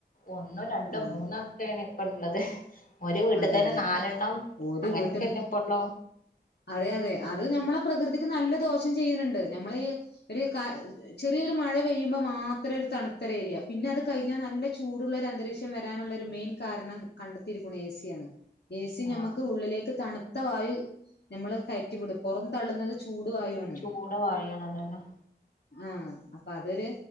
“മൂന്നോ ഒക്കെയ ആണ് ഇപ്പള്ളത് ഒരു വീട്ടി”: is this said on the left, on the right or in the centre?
Left